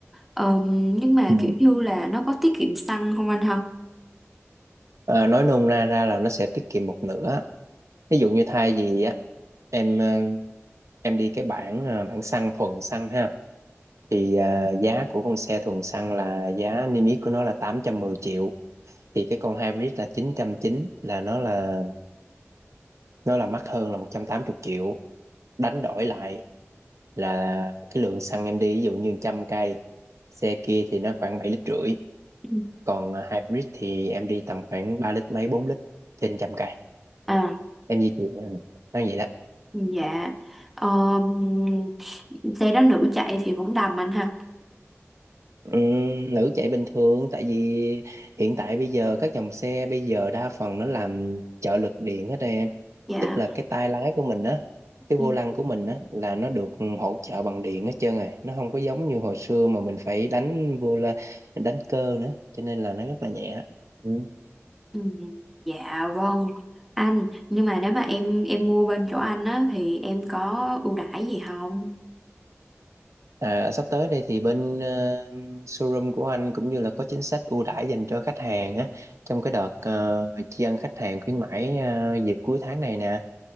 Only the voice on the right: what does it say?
Ừ.
À, nói nôm na ra là nó sẽ tiết kiệm một nửa ví dụ như thay vì á em ờ, em đi cái bản ờ, bản xăng thuần xăng ha thì ờ, giá của con xe thuần xăng là giá niêm yết của nó là 810 triệu thì cái con hybrid là chín trăm chín là nó là nó là mắc hơn là 180 triệu đánh đổi lại là cái lượng xăng em đi ví dụ như 100 cây xe kia thì nó khoảng 7 lít rưỡi
còn ờ, hybrid thì em đi tầm khoảng 3 lít mấy 4 lít trên 100 cây
em di chuyển ờ, nó vậy đó
Ừm, nữ chạy bình thường tại vì hiện tại bây giờ các dòng xe bây giờ đa phần nó làm trợ lực điện hết em
tức là cái tay lái của mình á cái
vô lăng của mình á là nó được hỗ trợ bằng điện hết trơn rồi nó không có giống như hồi xưa mà mình phải đánh vô la đánh cơ nữa cho nên là nó rất là nhẹ Ừ.
à, sắp tới đây thì bên ờ, showroom của anh cũng như là có chính sách ưu đãi dành cho khách hàng á trong cái đợt ờ, tri ân khách hàng khuyến mãi ờ, dịp cuối tháng này nè